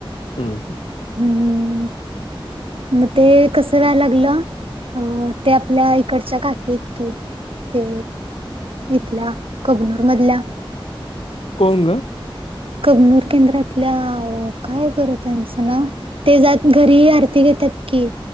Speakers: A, on the left; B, on the right.
A: हा ह.
B: हम्म. मग ते कसं व्यायला लागलं अ ते आपल्या इकडच्या काकीत की ते इथल्या कबनूरमधल्या
A: कोणग.
B: कगनूर केंद्रातल्या काय बरं त्यांचं ना. ते जात घरीही आरती घेतात की